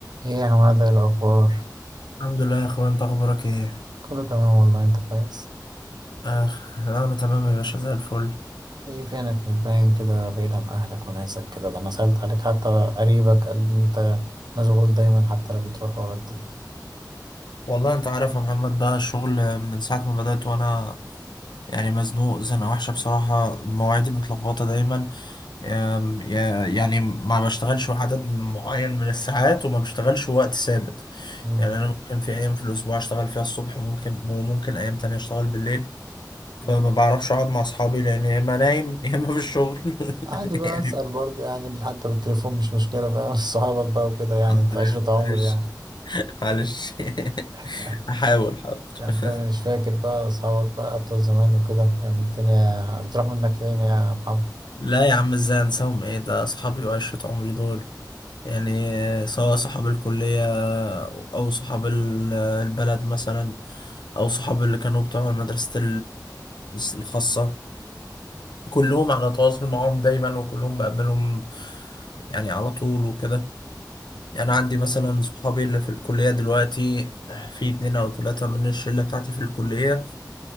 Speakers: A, on the right (about 70°); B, on the left (about 80°).
A: ايه يا عماد إيه الأخبار؟
B: الحمد لله يا اخوان انت اخبارك ايه
A: كله تمام والله انت كويس؟
B: اخ انا تمام يا باشا زي الفل
A: ايه فينك مش باين كده بعيد عن أهلك وناسك كده ده أنا سألت عليك حتى قريبك قال لي انت مشغول دايما حتى لو بتروح ولا بتيجي
B: والله انت عارف يا محمد بقى الشغل من ساعه ما بدأت وانا يعني مزنوق زنقه وحشه بصراحه مواعيدي متلخبطه دايما أم، يا- يعني ما بشتغلش عدد معين من الساعات وما بشتغلش وقت ثابت
A: مم.
B: يعني انا ممكن في ايام في الاسبوع اشتغل فيها الصبح وممكن وممكن ايام تانية اشتغل بالليل فما
A: مم.
B: بعرفش اقعد مع اصحابي لان يا اما نايم <laughs> يا اما في الشغل <laughs>
A: عادي بقى
B: يعني
A: أسأل برضه يعني حتى بالتليفون مش مشكلة فاهم <laughs> صحابك بقى وكده يعني
B: الحمد
A: انت
B: لله
A: عشرة عمر
B: معلش
A: يعني
B: معلش <laughs>
A: <laughs>
B: هحاول حاضر
A: ده انت مش فاكر بقى أصحابك بقى بتوع زمان وكده يعني الدنيا بتروح منك فين يا محمد؟
B: لا يا عم ازاي انساهم ايه ده اصحابي وعشرة عمري دول يعني سواء صحاب الكلية او صحاب ال- البلد مثلا او صحاب اللي كانوا بتوع مدرسة الخاصة كلهم على تواصل معاهم دايما وكلهم بقابلهم يعني على طول وكده يعني عندي مثلا صحابي اللي في الكلية دلوقتي في اتنين او تلاتة من الشلة بتاعتي في الكلية